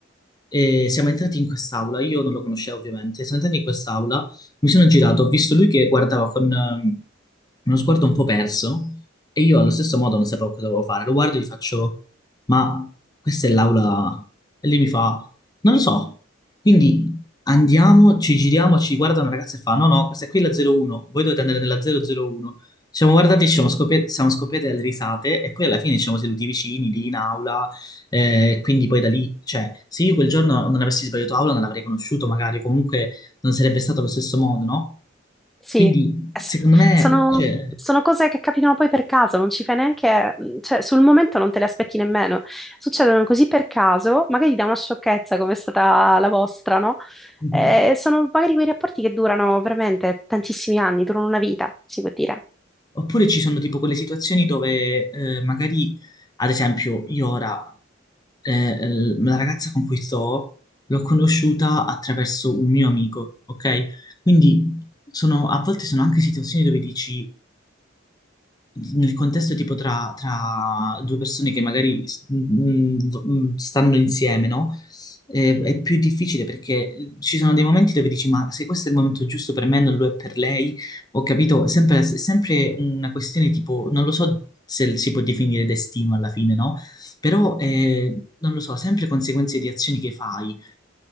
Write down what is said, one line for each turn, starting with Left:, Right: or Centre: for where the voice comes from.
Left: e siamo entrati in quest'aula, io non lo conoscevo ovviamente, siamo entrati in quest'aula, mi sono girato, ho visto lui che guardava con ehm, uno sguardo un po' perso e io allo stesso modo non sapevo cosa dovevo fare. Lo guardo e gli faccio, ma questa è l'aula. E lui mi fa, non lo so. Quindi andiamo, ci giriamo, ci guarda una ragazza e fa, no, no, questa qui è la 01, voi dovete andare nella 001. Ci siamo guardati, ci siamo scoppiati, siamo scoppiati dalle risate e poi alla fine ci siamo seduti vicini, lì in aula. eh, quindi poi da lì, cioè, se io quel giorno non avessi sbagliato aula non l'avrei conosciuto magari, comunque non sarebbe stato allo stesso modo, no?
Centre: Sì,
Left: Quindi,
Centre: Eh, s-
Left: secondo me,
Centre: sono,
Left: cioè...
Centre: sono cose che capitano poi per caso, non ci fai neanche, mhmm, cioè sul momento non te le aspetti nemmeno. Succedono così per caso, magari da una sciocchezza come è stata la vostra, no?
Left: mhm.
Centre: Eh, sono magari quei rapporti che durano veramente tantissimi anni, durano una vita, si può dire.
Left: Oppure ci sono tipo quelle situazioni dove eh, magari, ad esempio, io ora eh, l- la ragazza con cui sto l'ho conosciuta attraverso un mio amico, ok? Quindi sono- a volte sono anche situazioni dove dici, nel contesto tipo tra, tra due persone che magari mm, mm, mm, stanno insieme, no? Eh, È, più difficile perché ci sono dei momenti dove dici, ma se questo è il momento giusto per me, non lo è per lei, ho capito, è sempre, è sempre una questione tipo, non lo so se si può definire destino alla fine, no? Però, eh, non lo so, sempre conseguenze di azioni che fai.